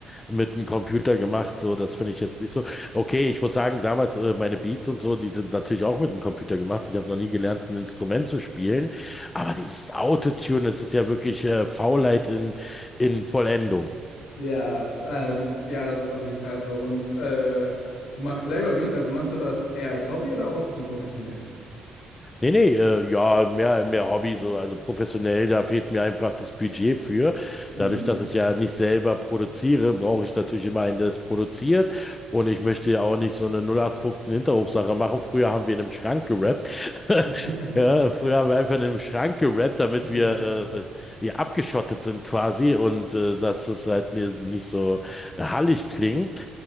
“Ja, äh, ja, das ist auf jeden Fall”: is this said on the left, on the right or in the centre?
Left